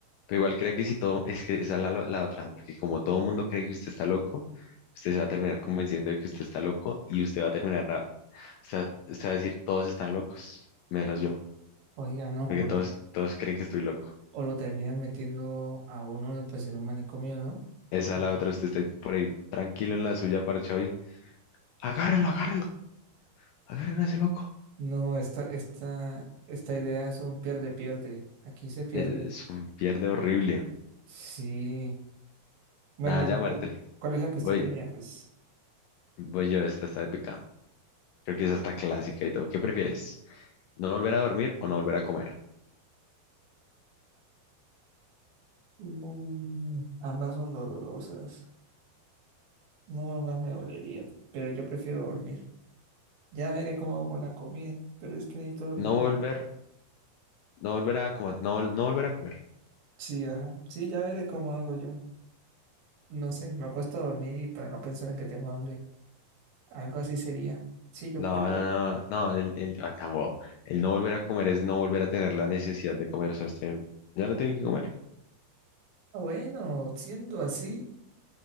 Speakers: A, on the left; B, on the right.
A: Pero igual creo que si todo, es que esa es la, lo- la otra, porque como todo el mundo cree que usted está loco, usted se va a terminar convenciendo de que usted está loco y usted va a terminar, a- usted, va- usted va a decir, todos están locos, menos yo.
B: Oiga, no,
A: porque
B: o
A: todos,
B: lo,
A: todos creen que estoy loco.
B: o lo terminan metiendo a uno pues en un manicomio, ¿no?
A: Esa
B: Mm.
A: es la otra, usted está por ahí tranquilo en la suya para y agárrelo, agárrelo, agárrelo a ese loco.
B: No, esta, esta, esta idea es un pierde, pierde. Aquí se pierde.
A: Es un pierde horrible.
B: Sí. Bueno,
A: Nada, ya
B: ¿y ¿cuál,
A: muerte.
B: cuál es la que usted
A: Voy,
B: tenía? Pues
A: voy yo, esta está épica. Creo que esa está clásica y todo. ¿Qué prefieres? ¿No volver a dormir o no volver a comer?
B: Mm, ambas son dolorosas. No, más me dolerían, pero yo prefiero dormir. Ya veré cómo hago con la comida, pero es que necesito dormir.
A: No volver, no volver a comer, no, vol- no volver a comer.
B: Sí, ajá. Sí, ya veré cómo hago yo. No sé, me acuesto a dormir y para no pensar en que tengo hambre. Algo así sería. Sí, yo,
A: No,
B: yo pre-
A: no, no, no, el, el, ah, tampoco. El no volver a comer es no volver a tener la necesidad de comer. O sea, usted ya no tiene que comer.
B: Ah, bueno, siendo así,